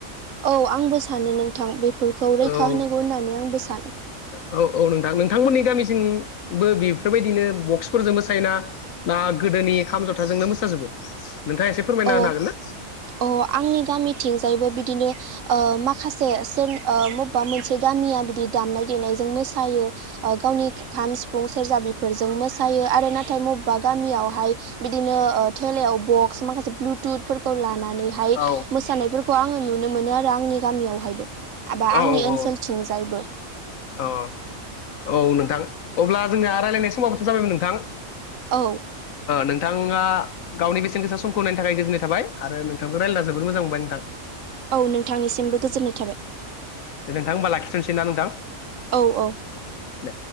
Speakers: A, on the right; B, on the left.
A: औ आंबो सानो नोंथां बेफोरखौ रैखा
B: औ
A: होनांगौ होननानै आंबो सानो।
B: औ औ नोंथां नोंथांमोननि गामिसिंबो बेफोरबायदिनो बक्सफोरजोंबो सायना ना। <unintelligible> गोदोनि खाम जथाजोंनो मोसाजोबो नोंथाङा एसे फोरमायना
A: औ
B: होनो हागोन ना?
A: अ आंनि गामिथिंजायबो बिदिनो ओ माखासे सोर ओ मबेबा मोनसे गामिया बिदि दामनाय देनायजों मोसायो गावनि खाम सिफुं सोरेरजा बिफोरजों मोसायो आरो नाथाय बबेबा गामियावहाय बिदिनो थेलायाव बक्स माखासे ब्लुथुथ फोरफोरखौ लानानैहाय
B: औ
A: मोसानायफोरखौ आङो नुनो मोनो आरो आंनि गामियावहायबो एबा
B: औ
A: आंनि
B: औ
A: ओनसोलथिं जायबो
B: अ औ नोंथां अब्ला जोंनिया रायज्लायनाय समावथ जाबायमोन नोंथां
A: औ
B: नोंथां नोंथाङा गावनि बेसेन गोसा समखौ होनायनि थाखाय गोजोननाय थाबाय आरो नोंथांखौ रायल्लना जोबोर मोजां मोनबाय नोंथां
A: औ नोंथांनिसिमबो गोजोननाय थाबाय
B: नोंथां होमबा लाखिथनसै ना नोंथां
A: औ औ
B: दे